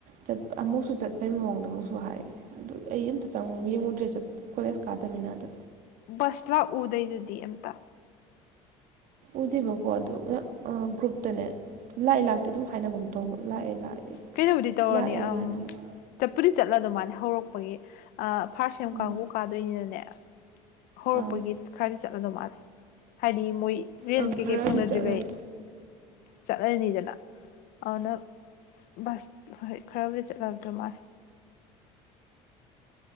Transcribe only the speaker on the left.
ꯕꯁꯂꯥꯛ ꯎꯗꯣꯏꯗꯨꯗꯤ ꯑꯝꯇ
ꯀꯩꯅꯩꯅꯕꯨꯗꯤ ꯇꯧꯔꯅꯤ
ꯑ
ꯆꯠꯄꯨꯗꯤ ꯆꯠꯂ ꯑꯗꯨ ꯃꯥꯅ ꯍꯧꯔꯛꯄꯒꯤ ꯐꯥꯔꯁ ꯁꯦꯝ
ꯀꯥꯡꯕꯨ ꯄꯥꯗꯣꯏꯅꯤꯅꯅꯦ ꯍꯧꯔꯛꯄꯒꯤ
ꯈꯔꯗꯤ ꯆꯠꯂꯗꯧ ꯃꯥꯜꯂꯦ ꯍꯥꯏꯗꯤ ꯃꯣꯏ ꯔꯦꯟ
ꯀꯩꯀꯩ
ꯐꯪꯅꯗ꯭ꯔꯤꯔꯤꯕꯩ
ꯆꯠꯅꯔꯅꯤꯗꯅ ꯑꯗꯨꯅ ꯕꯁ ꯍꯣꯏ ꯈꯔꯕꯨꯗꯤ ꯆꯠꯂꯗꯣ ꯃꯥꯜꯂ